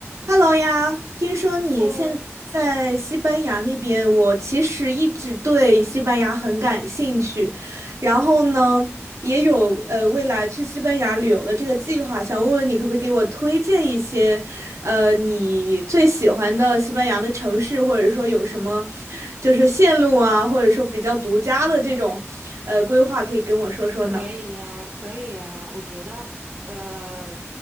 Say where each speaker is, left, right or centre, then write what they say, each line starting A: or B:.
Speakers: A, on the right; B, on the right.
A: Hello 呀，听说你现在西班牙那边，
B: 好
A: 我其实一直对西班牙很感兴趣，然后呢，也有呃未来去西班牙旅游的这个计划，想问问你可不可以给我推荐一些，呃，你最喜欢的西班牙的城市，或者说有什么就是线路啊，或者说比较独家的这种呃规划，可以跟我说说呢？
B: 可以呀，可以呀，我觉得，呃，